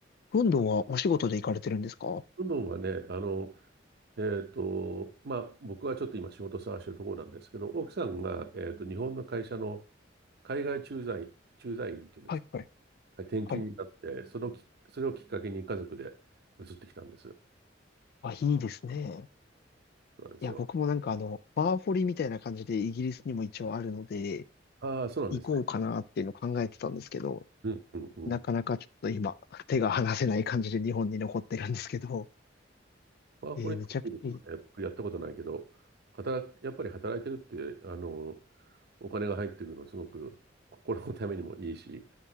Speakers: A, on the left; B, on the right.
A: ロンドンはお仕事で行かれてるんですかは
B: ロンドンはね、あの、えっと、まあ、僕はちょっと今仕事探してるところなんですけど、奥さんが、えっと、日本の会社の海外駐在員、駐在員っていうんですか、
A: いはい
B: はい転勤になって、
A: はい。
B: そのき、それをきっかけに家族で移ってきたんです。
A: あ、いいですね。
B: そうなんですよ。
A: いや、僕もなんかあの、バーホリみたいな感じでイギリスにも一応あるので、
B: ああ、そうなんですね。
A: 行こうかなっていうのを考えてたんですけど、
B: うんうんうん。
A: なかなかちょっと今、手が離せない感じで日本に残ってるんですけど、
B: ワーホリでもいいですよね。
A: えー、めちゃくちゃいい、
B: 僕やったことないけど、働く、やっぱり働いてるって、あの、お金が入ってくるのすごく心のためにもいいし、